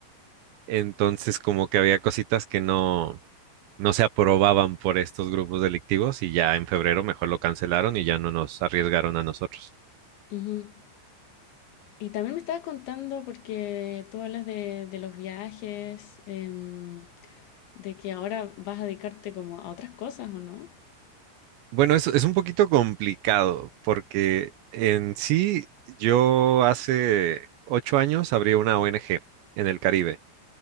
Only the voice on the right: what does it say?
entonces como que había cositas que no, no se aprobaban por estos grupos delictivos y ya en febrero mejor lo cancelaron y ya no nos arriesgaron a nosotros.
Bueno, es, es un poquito complicado porque en sí yo hace ocho años abrí una ONG en el Caribe.